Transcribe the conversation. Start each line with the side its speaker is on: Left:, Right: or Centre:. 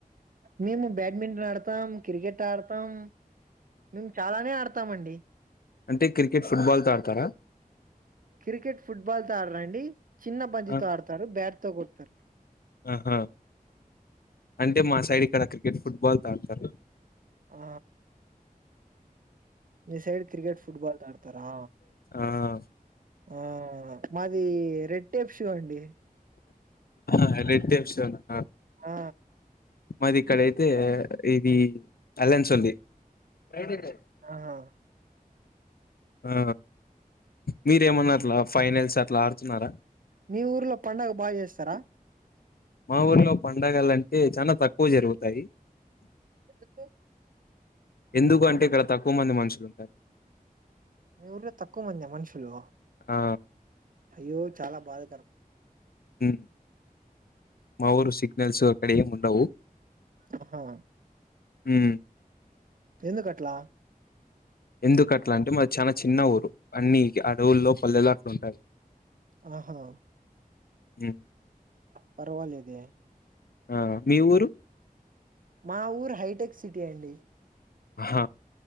Right: మేము బ్యాడ్మింటన్ ఆడతాం క్రికెట్ ఆడతాం నిను ట్రమైనర్ <unintelligible> తామండి
Left: అంటే క్రికెట్ పిల్లొల్లు తో ఆడతారా
Right: క్రికెట్ ఫుట్బాల్ ఎడదాండి చిన్న బంతితో
Left: ఆ
Right: ఆడతారు బ్యాట్ తో కొట్టతారు
Left: ఆహా అంటే మా సైడ్ ఇక్కడ క్రికెట్ ఫుట్బాల్ తో ఆడతారు
Right: ఆ మీ సైడ్ క్రికెట్ ఫుట్బాల్ తో ఆడతారా
Left: ఆ
Right: ఆ మాది రెడ్ టొప్ పొండి
Left: ఆ ఇల ఇద్దే విషమెన <unintelligible>
Right: ఆ
Left: మాది ఇక్కడయితే ఇది రిలయన్స్ వాళ్లది ఫ్రైడే నా
Right: ఆహా!
Left: ఆ మీరేమన్న అట్లా ఫైనల్స్ అట్లా ఆడుతున్నారా
Right: మీ ఊర్లో పండగ బాగా జెస్తారా
Left: మా ఊర్లో పండగలు అంటే చాలా తక్కువ జరుగుతాయి
Right: ఎందుకు
Left: ఎందుకు అంటే ఇక్కడ తక్కువ మంది మనుషులు ఉంటారు
Right: మీ ఊర్లో లో తక్కువ మంద్య మనుషులు
Left: ఆ
Right: అయ్యో చాలా బాధాకరం
Left: ఉ మాఊరు సిగ్నల్సు అక్కడ ఏం వుండవు
Right: అహా
Left: హు
Right: ఎందు కట్లా
Left: ఎందుకు అట్లా అంటే మా చాలా చిన్న ఊరు అన్ని అడవుల్లో పల్లెలు అట్ల ఉంటాయి
Right: ఆహా
Left: ఉ
Right: పర్వాలెదే
Left: ఆ మీ ఊరు
Right: మా ఊరు హైటెక్ సిటీ అండి
Left: అహ